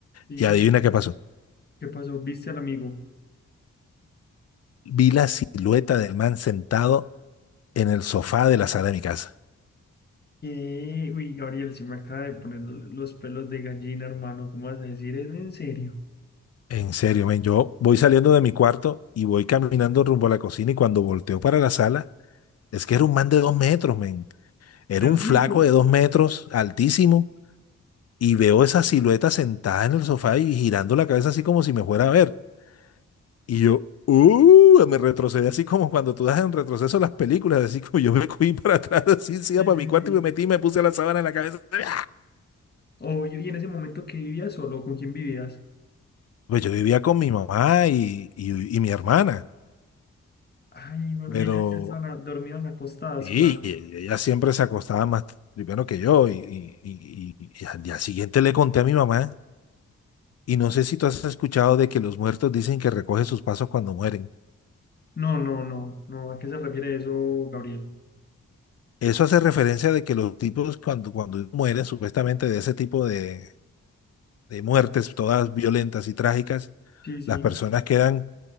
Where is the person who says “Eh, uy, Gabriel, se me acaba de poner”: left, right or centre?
Left